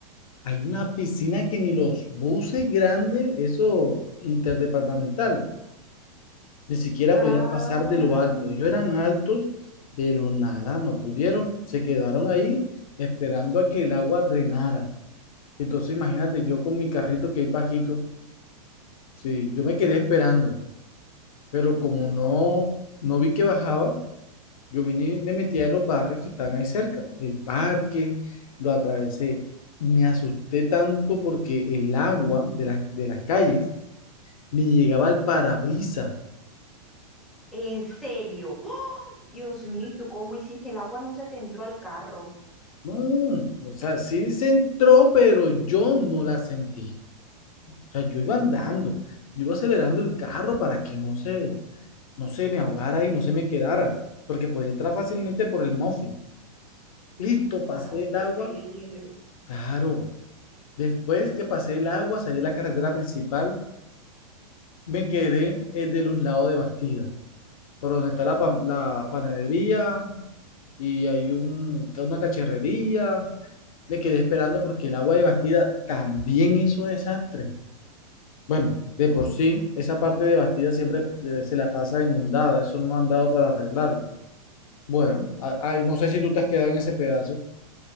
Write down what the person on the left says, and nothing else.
hay una piscina que ni los buses grandes, eso interdepartamental, ni siquiera
podían pasar de lo alto. Ellos eran altos, pero nada, no pudieron. Se quedaron ahí esperando a que el agua drenara. Entonces imagínate yo con mi carrito que es bajito, sí, yo me quedé esperando. pero como no, no vi que bajaba, yo vine y me metí a los barrios que están ahí cerca, el parque, lo atravesé. Me asusté tanto porque el agua de, las de las calles me llegaba al parabrisas.
No, o sea, sí se entró, pero yo no la sentí. O sea, yo iba andando, yo iba acelerando el carro para que no se, no se me ahogara y no se me quedara, porque podía entrar fácilmente por el mofle. Listo, pasé
el
agua.
Claro, Después que pasé el agua, salí a la carretera principal, me quedé eh, de los lados de Bastida, por donde está la, pa- la panadería y hay un, una cacharrería. Me quedé esperando porque el agua de Bastida también hizo desastre. Bueno, de por
sí, esa parte de Bastida siempre eh, se la pasa inundada, eso no han dado para arreglarlo. Bueno, a- ay, no sé si tú te has quedado en ese pedazo.